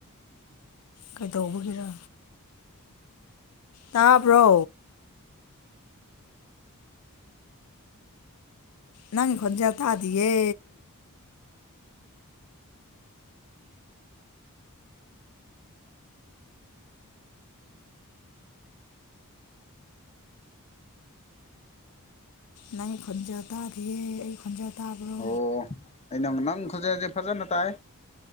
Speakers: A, on the left; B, on the left.
A: ꯀꯩꯗꯧꯕꯒꯤꯔ ꯇꯥꯕ꯭ꯔꯣ ꯅꯪ ꯈꯣꯟꯖ‌ꯦꯜ ꯇꯥꯗꯤꯌꯦ ꯅꯪ ꯈꯣꯟꯖ‌ꯦꯜ ꯇꯥꯗꯤꯌꯦ ꯑꯩ ꯈꯣꯟꯖ‌ꯦꯜ ꯇꯥꯕ꯭ꯔꯣ
B: ꯑꯣ ꯑꯩ ꯅꯪ ꯅꯪ ꯈꯨꯟꯖ‌ꯦꯜ ꯖ‌ꯦ ꯐꯖꯅ ꯇꯥꯏ